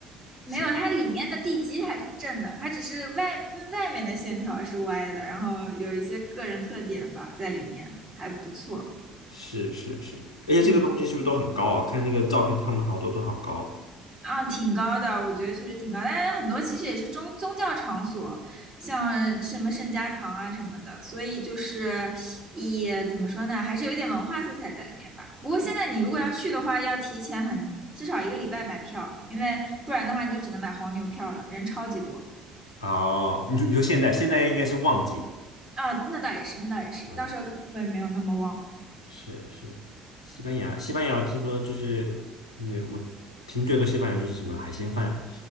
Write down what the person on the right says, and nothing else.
没有，
它里面的地基还是正的，它只是外嗯外面的线条是歪的，然后有一些个人特点吧在里面，还不错。
嗯。
啊，挺高的，我觉得确实挺高，但是很多其实也是宗宗教场所，像什么圣家堂啊什么的，所以就是也怎么说呢，还是有一点文化色彩在里面吧。不过现在你如果要去的话，要提前很至少一个礼拜买票，因为不然的话你就只能买黄牛票了，人超级多
啊。那倒也是，那倒也是，
到时候可能会没有那么旺。